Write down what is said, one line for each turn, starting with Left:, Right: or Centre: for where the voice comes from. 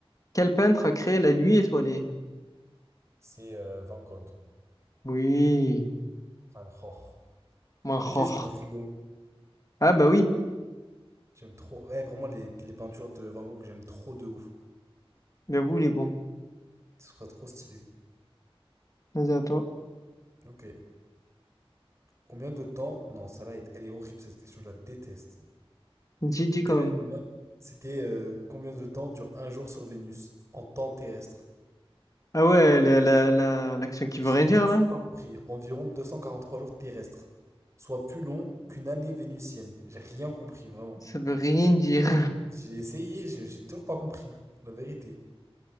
Left: Quel peintre a créé la nuit étoilée?
Right: C'est euh, Van Gogh.
Left: Oui,
Right: Van Gogh.
Left: Manchor.
Right: Je l'ai sur mon frigo.
Left: Ah bah oui,
Right: J'aime trop. Ouais, vraiment, les, les peintures de Van Gogh, j'aime trop de ouf.
Left: j'avoue, il est bon.
Right: Ce sera trop stylé.
Left: Vas-y à toi.
Right: Ok. Combien de temps? Non, celle-là, est- elle est horrible, cette question, je la déteste.
Left: Gigi quand
Right: Quel animal?
Left: même.
Right: C'était euh, combien de temps dure un jour sur Vénus en temps terrestre?
Left: Ah ouais, la, la, la- l'action qui
Right: J'ai
Left: veut rien dire là?
Right: toujours pas compris. Environ 243 jours terrestres, soit plus long qu'une année vénusienne. J'ai rien compris, vraiment.
Left: Ça veut rien dire.
Right: J'ai essayé, j'ai j'ai toujours pas compris. La vérité.